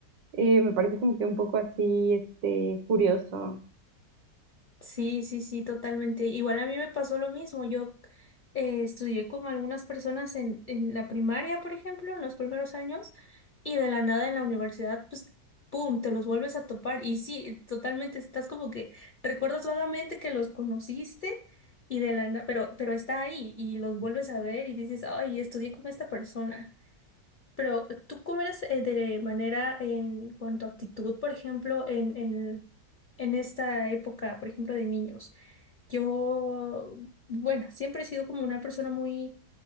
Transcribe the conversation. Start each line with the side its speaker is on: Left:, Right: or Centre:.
Right: eh, me parece como que un poco así, este, curioso.
Left: Sí, sí, sí, totalmente. Igual a mí me pasó lo mismo. Yo eh, estudié con algunas personas en, en la primaria, por ejemplo, en los primeros años, y de la nada en la universidad, pues, ¡pum!, te los vuelves a topar. Y sí, totalmente, estás como que recuerdas vagamente que los conociste y de la nada, pero, pero está ahí y los vuelves a ver y dices, ay, estudié con esta persona. Pero tú cómo eres eh, de manera en cuanto a actitud, por ejemplo, en, en, en esta época, por ejemplo, de niños. Yo, bueno, siempre he sido como una persona muy